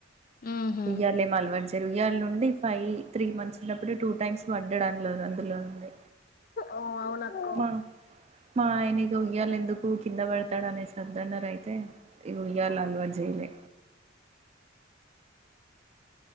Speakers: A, on the left; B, on the right.
A: ఊహు
B: ఉయ్యాలేమ్ అలవాట్ చెయ్యను ఉయ్యాల నుండి ఫైవ్, త్రీ మంత్స్ ఉన్నప్పుడు టూ టైమ్స్ పడ్డడు అందులో ను అందులో నుండే
A: ఓ అవునక్క
B: మా మా ఆయన ఇగ ఉయ్యలెందుకు కింద పడ్తడు అనేసి వద్దన్నరు ఆయన అయితే ఇగ ఉయ్యాలా అలవాటు చెయ్యాలె